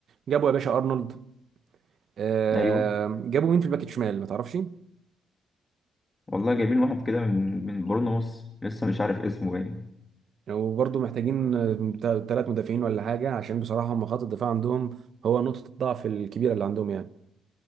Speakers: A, on the right; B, on the left.
A: جابوا يا باشا أرنولد آه،
B: أيوه
A: جابوا مين في الباك الشمال ما تعرفش
B: والله جايبين واحد كده من من بورنموث لسه مش عارف اسمه باين
A: وبرضو محتاجين ثلاث مدافعين ولا حاجة عشان بصراحة هم خط الدفاع عندهم هو نقطة الضعف الكبيرة اللي عندهم يعني